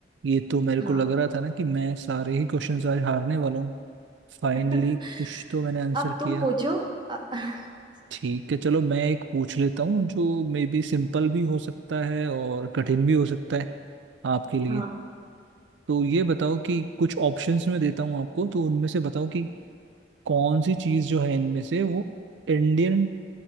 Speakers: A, on the right; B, on the right.
A: ये तो मेरे
B: हाँ
A: को लग रहा था ना कि मैं सारे ही क्वेश्चंस आज हारने वाला हूँ फाइनली
B: <laughs>
A: कुछ तो मैंने आंसर
B: अब
A: किया
B: तुम पूछो अ- <laughs>
A: ठीक है चलो मैं एक पूछ लेता हूँ जो मे बी सिंपल भी हो सकता है और कठिन भी हो सकता है आपके लिए
B: हाँ
A: तो ये बताओ कि कुछ ऑप्शंस में देता हूँ आपको तो उनमें से बताओ कि कौन सी चीज़ जो है इनमें से वो इंडियन